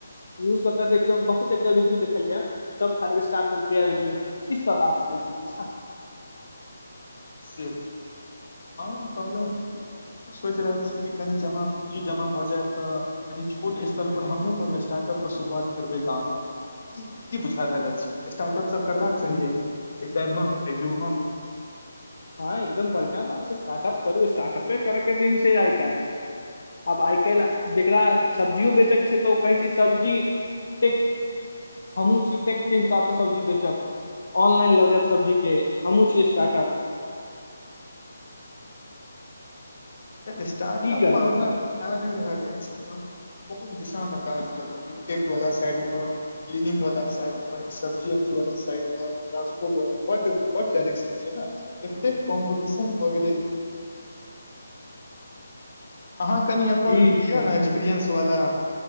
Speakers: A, on the left; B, on the left.
A: यूज कअ कऽ देखियौ बहुत एकर रिव्यू देखलियै या सब फाइव स्टार देलकै या रिव्यू किछ त बात छै पीछाँ
B: से हम कहलहुँ कि हम सोचि रहल छी कि कनि जमा पूँजी जमा भऽ जैत तऽ कनि छोट स्तरपर हमहूँ कोनो स्टार्टअप के शुरुआत करबै गाममे की बुझा रहल अछि स्टार्टअप सभ करबाक चाहि एहि टाइममे एहि युगमे
A: हँ एकदम बढ़िआँ बात छै स्टार्टअप करू स्टार्टअपे करैके दिन छै आइ काल्हि आब आय काईल जे सब्जियो बेचै छै तऽ ओ कहै छै सब्जी टेक हमूँ छी टेक के हिसाबसँ- सब्जी बेचब ऑनलाइन लऽ जायब सब्जी के हमहुँ छी स्टार्टप
B: तऽ स्टार्टअपमे
A: की करबै
B: हमरा
A: तऽ
B: बुझा नहि रहल अछि कोन दिशामे काज करू ई टेकवला साइडमे क्लीनिंगवला साइडमे सब्जी उब्जीवला साइडमे ट्रांसपोर्टवला बड बड्ड डाायरेक्शन छै ने एतेक कॉम्पटिशन भऽ गेलै अहाँ कनि अपन
A: की
B: दिय
A: करबै
B: ने एक्सपीरएंस
A: हम
B: वाला